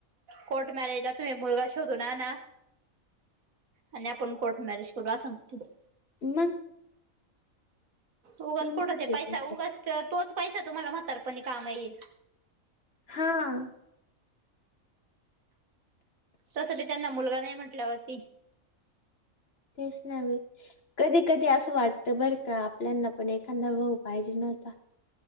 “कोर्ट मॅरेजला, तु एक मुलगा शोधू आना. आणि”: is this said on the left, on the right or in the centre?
Right